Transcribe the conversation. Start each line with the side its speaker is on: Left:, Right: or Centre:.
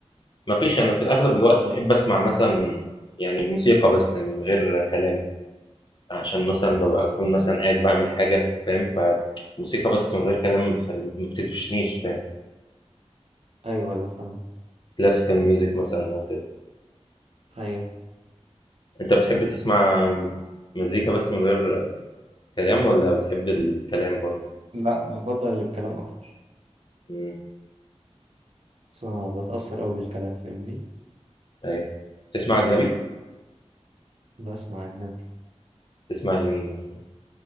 Left: مفيش انا في الاغلب الوقت بحب اسمع مثلا يعني موسيقى بس من غير كلام عشان مثلا ببقى اكون مثلا قاعد بعمل حاجة فاهم فموسيقى بس من غير كلام ما بتخلي- ما بتدوشنيش فاهم
Right: ايوه ايوه فاهم
Left: كلاسيكال ميوزك مثلا او كده
Right: ايوه
Left: انت بتحب تسمع مزيكا بس من غير كلام ولا بتحب الكلام برضه؟
Right: لا بفضل اللي بكلام اكتر
Left: مم،
Right: بس أنا بتأثر أوي بالكلام فاهمني
Left: ايوه تسمع اجنبي
Right: بسمع أجنبي
Left: تسمع لمين مثلًا؟